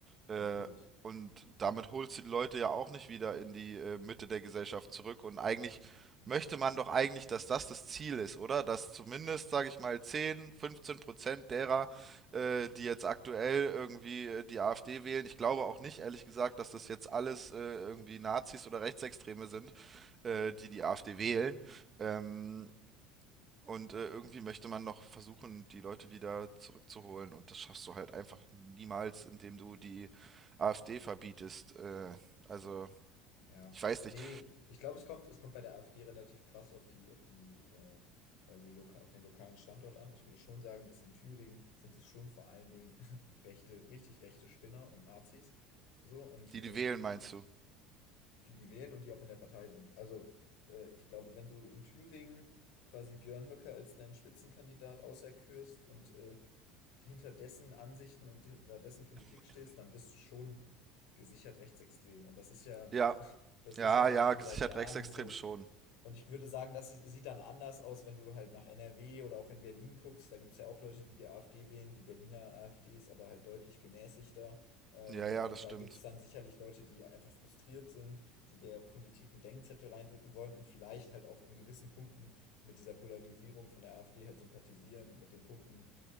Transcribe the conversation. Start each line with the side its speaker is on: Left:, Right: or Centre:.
Right: Äh,
Left: Natürlich.
Right: und damit holst du die Leute ja auch nicht wieder in die äh, Mitte der Gesellschaft zurück. Und eigentlich möchte man doch eigentlich, dass das das Ziel ist, oder? Dass zumindest, sage ich mal, 10, 15 Prozent derer, äh, die jetzt aktuell irgendwie äh, die AfD wählen, ich glaube auch nicht, ehrlich gesagt, dass das jetzt alles äh, irgendwie Nazis oder Rechtsextreme sind, äh, die die AfD wählen. Ähm, und äh, irgendwie möchte man noch versuchen, die Leute wieder zurückzuholen. Und das schaffst du halt einfach niemals, indem du die AfD verbietest. Äh, also,
Left: Ja.
Right: ich weiß nicht.
Left: Nee, ich glaube, es kommt, es kommt bei der AfD relativ krass auf die, auf die, äh, quasi loka auf den lokalen Standort an. Ich würde schon sagen, dass in Thüringen sind es schon vor allen Dingen <laughs> rechte, richtig rechte Spinner und Nazis. So, und
Right: Die,
Left: äh,
Right: die wählen, meinst du?
Left: die, die wählen und die auch in der Partei sind. Also, äh, ich glaube, wenn du in Thüringen quasi Björn Höcke als deinen Spitzenkandidat auserkürst und äh, hinter dessen Ansichten und hinter dessen Politik stehst, dann bist du schon gesichert rechtsextrem. Und das ist ja,
Right: Ja,
Left: das
Right: ja,
Left: ist ja auch
Right: ja,
Left: schon
Right: gesichert
Left: seit Jahren
Right: rechtsextrem
Left: so
Right: schon.
Left: und ich würde sagen, das si-, sieht dann anders aus, wenn du halt nach NRW oder auch in Berlin guckst. Da gibt es ja auch Leute, die die AfD wählen. Die Berliner AfD ist aber halt deutlich gemäßigter. Ähm,
Right: Ja, ja,
Left: und
Right: das stimmt.
Left: da gibt es dann sicherlich Leute, die einfach frustriert sind, die der Politik einen Denkzettel reindrücken wollen und vielleicht halt auch in gewissen Punkten mit dieser Polarisierung von der AfD halt sympathisieren und mit den Punkten